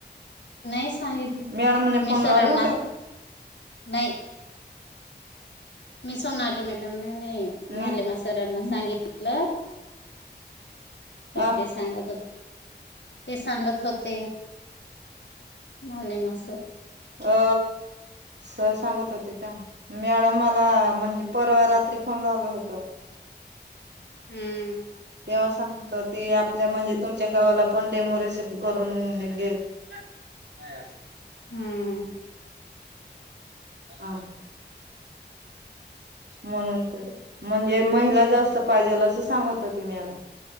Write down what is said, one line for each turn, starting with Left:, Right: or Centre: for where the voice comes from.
Left: नाही सांगितलं
Right: मॅडमने
Left: मी
Right: फोन
Left: सरांनाच
Right: लावला होता
Left: नाही. मी सोनाली मॅडम ना आणि ही
Right: नाही
Left: मालेमा सरांना सांगितल. हॅलो.
Right: हा
Left: ते सांगत ते सांगत होते. हले मसर
Right: अ सर सांगत होते का मॅडम मला म्हणजे परवा रात्री काल लावलं होत.
Left: हम्म.
Right: तेव्हा सांगित होती, आपल्या म्हणजे तुमच्या गावाला पण डेमोरेसिपी करून घेल नाही असं.
Left: हम्म
Right: हा. म्हणून तर म्हणजे महिला जास्त पाहिजेल असं सांगत होती मॅडम